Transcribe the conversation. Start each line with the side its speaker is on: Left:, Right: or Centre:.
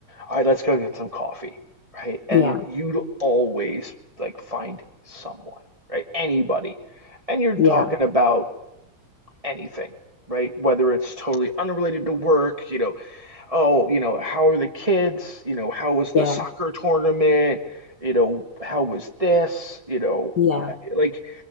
Right: All right, let's go get some coffee, right? And
Left: Yeah.
Right: you'd always like find someone, right? Anybody. And you're talking
Left: Yeah.
Right: about anything, right? Whether it's totally unrelated to work, you know, oh, you know, how are the kids? You know, how was the
Left: Yeah.
Right: soccer tournament? You know, how was this? You know,
Left: Yeah.
Right: eh, like,